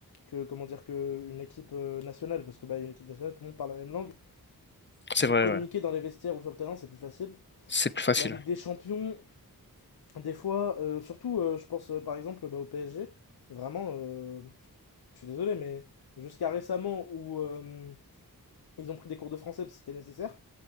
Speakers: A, on the left (about 80°); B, on the left (about 30°).
A: que comment dire, que une équipe euh, nationale. Parce que, bah, une équipe nationale, tout le monde parle la même langue.
B: C'est
A: Pour
B: vrai.
A: communiquer
B: ouais.
A: dans les vestiaires ou sur le terrain, c'est plus facile.
B: C'est plus facile.
A: La Ligue des Champions, des fois, euh, surtout, euh, je pense, euh, par exemple, bah, au PSG, vraiment, euh, je suis désolé, mais jusqu'à récemment, où euh, ils ont pris des cours de français parce que c'était nécessaire,